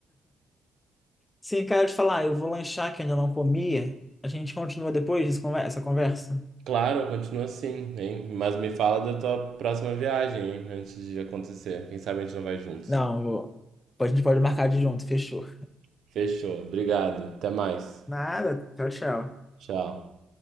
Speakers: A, on the left; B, on the right.
A: Sim, cara, eu te falar, eu vou lanchar que ainda não comi. A gente continua depois dessa conver- essa conversa.
B: Claro, continua assim, hein? Mas me fala da tua próxima viagem, hein? Antes de acontecer. Quem sabe a gente não vai juntos.
A: Não, eu vou. A gente pode marcar de junto, fechou.
B: Fechou. Obrigado. Até mais.
A: Nada. Tchau, tchau.
B: Tchau.